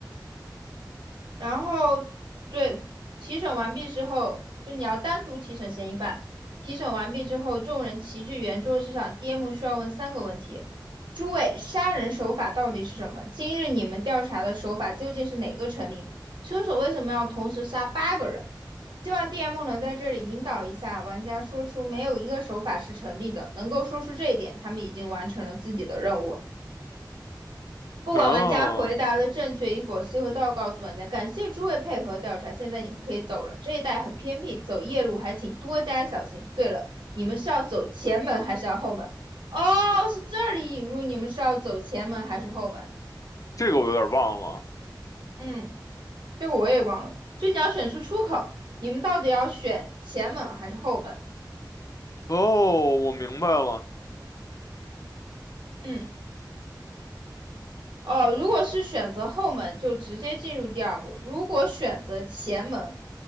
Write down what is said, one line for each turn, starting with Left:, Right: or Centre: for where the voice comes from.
Right: 然后对提审完毕之后，就你要单独提审嫌疑犯。提审完毕之后，众人齐聚圆桌之上，DM 需要问三个问题：诸位，杀人手法到底是什么？今日你们调查的手法究竟是哪个成立？凶手为什么要同时杀八个人？希望 DM 能在这里引导一下玩家，说出没有一个手法是成立的。能够说出这一点，他们已经完成了自己的任务。不管玩家回答的正确与否，
Left: 啊，
Right: 西河都要告诉玩家。感谢诸位配合调查，现在你们可以走了。这一带很偏僻，走夜路还请多加小心。对了，你们是要走前门还是要后门？哦，是这里引入，你们是要走前门还是后门？
Left: 这个我有点忘了。
Right: 嗯，这个我也忘了。就你要选出出口，你们到底要选前门还是后门？
Left: 哦，我明白了。
Right: 嗯，哦，如果是选择后门，就直接进入第二幕；如果选择前门，